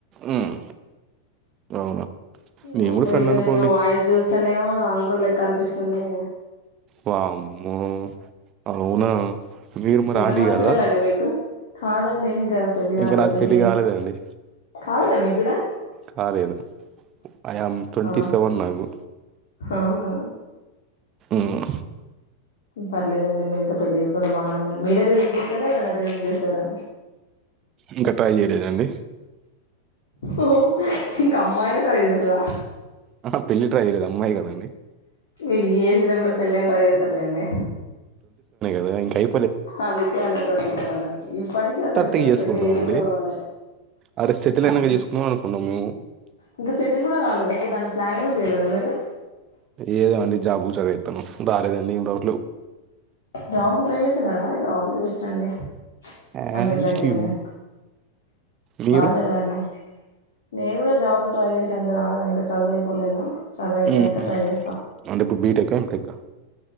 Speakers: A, on the right (about 30°); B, on the left (about 60°).
A: మ్మ్. అవునా
B: ఎమో
A: నేను కూడా
B: మీరు
A: ఫ్రెండ్ అనుకోండి
B: వాయిస్ జూస్ ఇక్కనేమో అంకుల్ లెక్క అనిపిస్సుంది
A: వామ్మో అవునా మీరు మరి
B: ఎంతమంది
A: ఆంటీ కదా
B: పిల్లలండి మీకు కాదండి ఇంకా పెళ్లి కాదు
A: ఇంకా నాకు
B: పెళ్లి
A: పెళ్ళి కాలేదండి
B: కాలేదా మీగ్గూడ
A: కాలేదు I am twenty
B: ah
A: seven నాకు,
B: అవునా
A: మ్మ్
B: పర్లేదండి మీరు ఇంకా పెళ్లి చేసుకోండ బానే ఉన్నారు మీరే రిజెక్ట్ చేశారా ఎవరనా రిజెక్ చేశారా.
A: ఇంక ట్రై జేలేదండి
B: ఓహ్ ఇంక అమ్మాయిలన్ ట్రై జేలేదా
A: ఆహా, పెళ్ళి ట్రై చేయలేదు అమ్మాయి కదండి
B: ఈ ఏజ్లో కూడా పెళ్లేం ట్రై జేత్తరులేండి.
A: దా ఇంకేం
B: అందుకే అందరు ట్వంటీ కావలని ఇప్పటికీ అసలు
A: థర్టీకి
B: ఇప్పుడు
A: చేసుకుంటాం
B: పెళ్లి వేసుకోవాలి,
A: అండి అరే సెటిల్
B: అవ్వు
A: అయినాక చేసుకుందాం అనుకున్నాం మేము
B: ఇంక చెటిల్ కూడా కాలేదు ఇంగ దాని ప్లాన్ కూడ జేయలేదా మీరు
A: ఏదేమండి జాబుకు చదివిస్తాను రాలేదండి ఇమి రోట్లు
B: జాబ్ కు ట్రై చేసన్నారా ఐతే ఆల్ ది బెస్ట్ అండి ప్చ్
A: థ్యాంక్
B: మంచిగా ట్రై చేయండి
A: యూ మీరు
B: బాగ చదవండి నేను కూడా జాబ్ కు ట్రై చేసేంత రాలేదండి ఇంక చదువై పో పోలేదా చదువైపోయాక
A: ఉహు
B: ట్రై చేస్తా
A: అంటే ఇప్పుడు బీటెక్ ఎంటెక్